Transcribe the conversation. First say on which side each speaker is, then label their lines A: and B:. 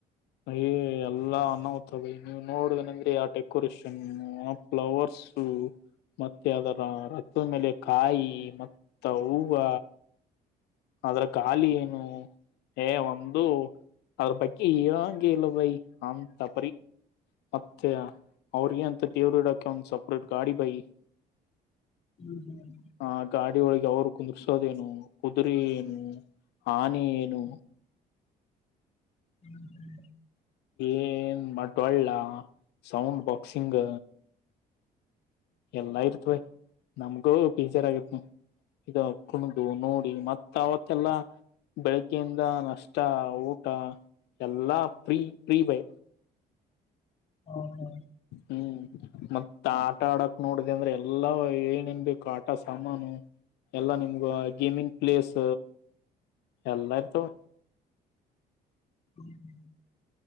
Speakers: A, on the left; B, on the left.
A: ಅಯ ಎಲ್ಲಾ ಅನ್ನವತ ಬಯಿ ನೀವ್ ನೋಡುದನಂದ್ರೆ ಆ ಡೆಕೋರೇಷನ್ ಆ ಫ್ಲವರ್ಸ್ ಹ್ಮ ಮತ್ತೆ ಅದರ ರತದ ಮೇಲೆ ಕಾಯಿ ಮತ್ತ ಹೂವು ಅದ್ರ ಖಾಲಿ ಏನು ಏ ಒಂದು ಅದ್ರ ಬಗ್ಗೆ ಇರಂಗೆ ಇಲ್ಲದೈ ಅಂತ ಬರಿ ಮತ್ತೆ ಅವ್ರಿಗೆ ಅಂತ ದೇವ್ರ ಇಡಾಕ ಒಂದ ಸಪ್ರೇಟ್ ಗಾಡಿ ಬೈ
B: ಹ್ಮ್ ಹ್ಮ್
A: ಆ ಗಾಡಿ ಒಳಗೆ ಅವ್ರ ಕುಂದರ್ಸೋದ ನು ಕುದುರೆ ಏನು ಆನೆ ಏನು
B: ಹ್ಮ್ ಹ್ಮ್
A: ಏನ್ ಮಟ್ವಲ್ಲ ಸೌಂಡ್ ಬಾಕ್ಸಿಂಗ್ ಎಲ್ಲಾ ಇರ್ತ್ವ ನಮಗೂ ಪೀಜರ್ ಆಗಿತ್ ಇದ ಕುಣ್ದು ನೋಡಿ ಮತ್ತ ಅವವತ್ತೆಲ್ಲಾ ಬೆಳಿಗ್ಯಿಂದ ನಷ್ಟ ಊಟ ಎಲ್ಲಾ ಪ್ರೀ ಪ್ರೀ ಬಯ
B: ಹಾ ಹಾ
A: ಹ್ಮ್ ಮತ್ತ ಆಟ ಆಡಕ್ ನೋಡ್ದ ಅಂದ್ರೆ ಎಲ್ಲಾ ಏನನ್ ಬು ಆಟ ಸಾಮಾನು ಎಲ್ಲಾ ನಿಮ್ಗ ಗೇಮಿಂಗ್ ಪ್ಲೇಸ್ ಎಲ್ಲಾ ಇರ್ತವ
B: ಹ್ಮ ಹ್ಮ